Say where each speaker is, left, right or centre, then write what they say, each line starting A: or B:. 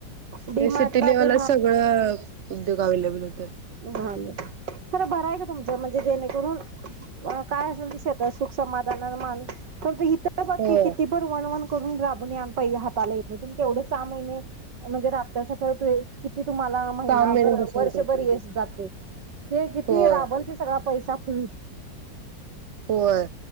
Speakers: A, on the right; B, on the right.
A: डी
B: ते
A: मार्टला
B: सिटी लेव्हलला
A: ते
B: सगळं उद्योग अव्हेलेबल होत.
A: झालं खरं बर आहे का तुमचं म्हणजे जेणेकरून काय असेल त शेत सुख समाधान माणूस फक्त हि बाकी
B: हो
A: किती पण वन वन करून राबून या पहिल्या हाताला तेवढे सहा महिने म्हणजे, राबतयासा कळतंय. की तुम्हाला महिनाभर
B: सहा महिने बसून
A: वर्षभर
B: करते
A: ये जातय हे किती
B: होय
A: राबल ते सगळं आप पैसा फुल
B: होय,